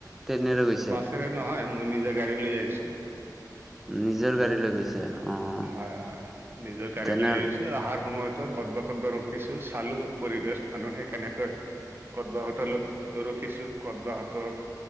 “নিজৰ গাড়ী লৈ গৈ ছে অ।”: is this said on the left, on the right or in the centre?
Centre